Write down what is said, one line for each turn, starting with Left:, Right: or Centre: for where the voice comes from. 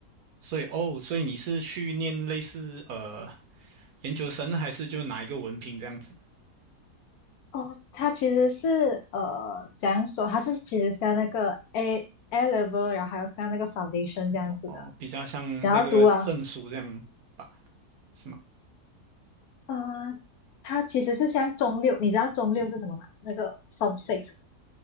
Right: 所以哦，所以你是去念类似呃研究生，还是就拿一个文凭这样子？
Left: 哦，他其实是呃，怎样说？他是其实像那个 A A level，然后还有像那个 foundation 这样子的。
Right: 哦，比较像那个证书这样吧，
Left: 然后读完，
Right: 是吗？
Left: 呃，他其实是像中六，你知道中六是什么吗？那个 Form Six，